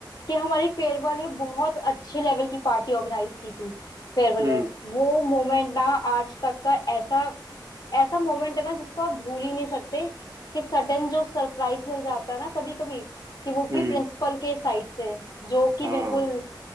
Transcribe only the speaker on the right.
हम्म
हम्म,
हाँ